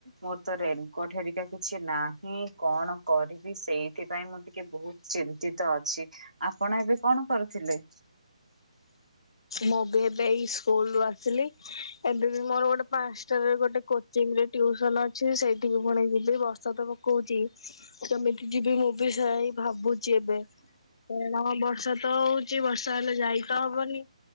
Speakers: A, on the right; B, on the left.
A: ମୋର୍ ତ ରେଙ୍କ ଠେରିକା କିଛି। କି ନାହିଁ କଣ କରିବି ସେଇଥିପାଇ ମୁଁ ଟିକେ ବହୁତ ଚିନ୍ତିତ ଅଛି। ଆପଣ ଏବେ କଣ କରୁଥିଲେ।
B: ମୁଁ ବି ଏବେ ଏଇ ସ୍କୁଲ ରୁ ଆସିଲି। ଏବେ ବି ମୋର ଗୋଟେ ପାଞ୍ଚଟାରେ ଗୋଟେ କୋଚିଂରେ ଟିସନ ଅଛି ସେଇଠିକି ପଣେଇ ଯିବି ବର୍ଷ ତ। କହୁଛି ତମିତି ଯିବି ମୁଁ ବି ସାଇ ଭାବୁଛି ଏବେ। କାରଣ ବର୍ଷା ତ ହଉଛି ବର୍ଷା ହେଲେ ଯାଇ ତ ହବନି।